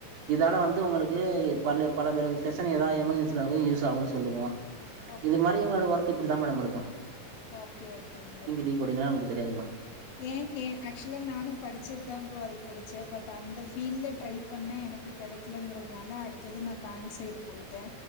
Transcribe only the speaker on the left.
ம்
ஓகே
ஓகே ஓகேங் ப்ரோ
ஏன் ஏ ஆக்சுவலா நானு படிச்சது தா ப்ரோ அதுக்கு படிச்சே பட் அந்த ஃபீல்ல ட்ரை பண்ணே எனக்கு கெடைக்கலங்கிறதுனால அடுத்தது நா பேங்க் சைடு போயிட்டே